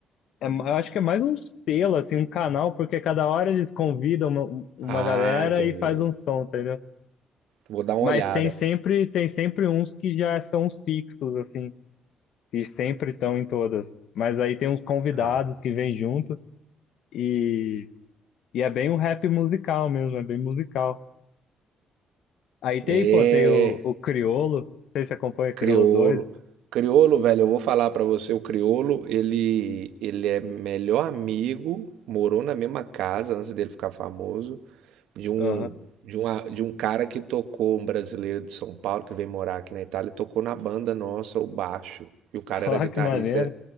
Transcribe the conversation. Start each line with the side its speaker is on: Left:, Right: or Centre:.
Left: É, ma- eu acho que é mais um selo, assim, um canal, porque cada hora eles convidam uma, uma
Right: Ah,
Left: galera
Right: entendi.
Left: e faz um som, entendeu?
Right: Vou dar uma
Left: Mas
Right: olhada.
Left: tem sempre, tem sempre uns que já são os fixos, assim, que sempre estão em todas. Mas aí tem uns convidados
Right: Ah,
Left: que vêm junto e, e é bem um rap musical mesmo, é bem musical. Aí tem,
Right: é.
Left: pô, tem o, o Criolo, não sei se acompanha o
Right: Criolo.
Left: Criolo doido.
Right: Criolo, velho, eu vou falar pra você, o Criolo, ele ele é melhor amigo, morou na mesma casa antes dele ficar famoso, de um
Left: Aham.
Right: de um, de um cara que tocou, um brasileiro de São Paulo que veio morar aqui na Itália, tocou na banda nossa, o baixo. E o cara
Left: <laughs> Ó,
Right: era guitarrista.
Left: que maneiro.